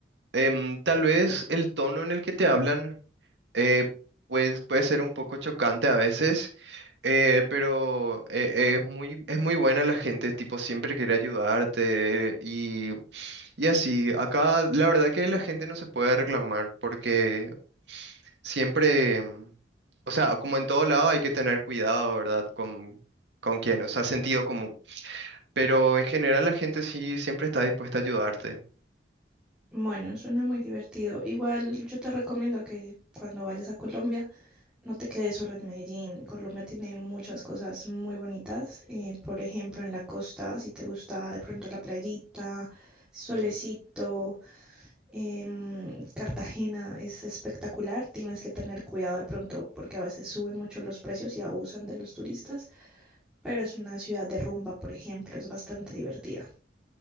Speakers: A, on the right (about 75°); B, in the centre.
A: Em, tal vez el tono en el que te hablan eh, pues, puede ser un poco chocante a veces, eh, pero eh, eh, es muy, es muy buena la gente, tipo, siempre quiere ayudarte y, y así. Acá la verdad que la gente no se puede reclamar porque siempre, mm, o sea, como en todo lado hay que tener cuidado, ¿verdad? Con, con quién, o sea, sentido común. Pero en general la gente sí siempre está dispuesta a ayudarte.
B: Bueno, suena muy divertido. Igual yo te recomiendo que cuando vayas a Colombia no te quedes solo en Medellín. Colombia tiene muchas cosas muy bonitas. eh, por ejemplo, en la costa, si te gusta de pronto la playita, solecito.
A: Ujú.
B: Em, Cartagena es espectacular, tienes que tener cuidado de pronto porque a veces suben mucho los precios y abusan de los turistas, pero es una ciudad de rumba, por ejemplo, es bastante divertida.